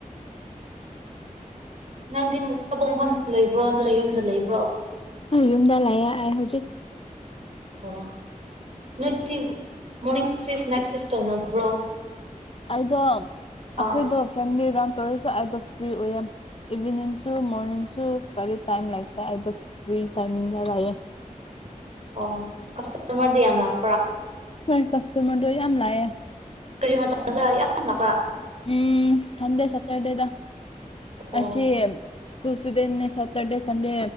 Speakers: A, on the right (about 50°); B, on the left (about 40°).
A: ꯅꯪꯗꯤ ꯊꯕꯛ ꯃꯐꯝ ꯂꯩꯕ꯭ꯔꯣ ꯅꯠꯇ꯭ꯔ ꯌꯨꯝꯗ ꯂꯩꯕ꯭ꯔꯣ
B: ꯅꯣꯏ ꯌꯨꯝꯗꯥ ꯂꯩꯌꯦ ꯑꯩ ꯍꯧꯖꯤꯛ꯫
A: ꯑꯣ ꯅꯗꯤ ꯃꯣꯔꯅꯤꯡ ꯁꯤꯐ ꯅꯥꯏꯠ ꯁꯤꯐ ꯇꯧꯅꯕ꯭ꯔꯣ
B: ꯑꯩꯗꯣ ꯑꯈꯣꯏꯗꯣ
A: ꯑꯥ
B: ꯐꯦꯃꯤꯂꯤ ꯔꯟ ꯇꯧꯔꯁꯨ ꯑꯩꯗꯣ ꯐ꯭ꯔꯤ ꯑꯣꯏꯌꯦ ꯏꯕꯤꯅꯤꯡꯁꯨ ꯃꯣꯔꯅꯤꯡꯁꯨ ꯀꯔꯤ ꯇꯥꯏꯝ ꯂꯩꯇꯦ ꯑꯩꯗꯣ ꯐꯔꯤ ꯇꯥꯏꯃꯤꯡꯗ ꯂꯩꯌꯦ
A: ꯑꯣ ꯀꯁꯇꯃꯔꯗꯤ ꯌꯥꯝ ꯂꯥꯛꯄ꯭ꯔꯥ
B: ꯅꯣꯏ ꯀꯁꯇꯃꯔꯗꯣ ꯌꯥꯝ ꯂꯥꯛꯑꯦ
A: ꯀꯔꯤ ꯃꯇꯗ ꯌꯥꯝꯄꯥ
B: ꯎꯝ ꯁꯟꯗꯦ ꯁꯇꯔꯗꯦꯗ
A: ꯑꯣ
B: ꯑꯁꯦꯝ ꯁꯀꯨꯜ ꯁꯗ ꯁꯦꯇꯔꯗꯦ ꯁꯟꯗꯦ